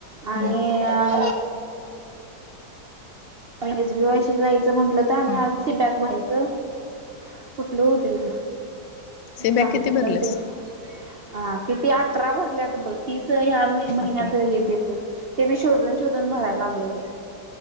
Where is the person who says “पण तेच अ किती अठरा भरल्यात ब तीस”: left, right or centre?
Right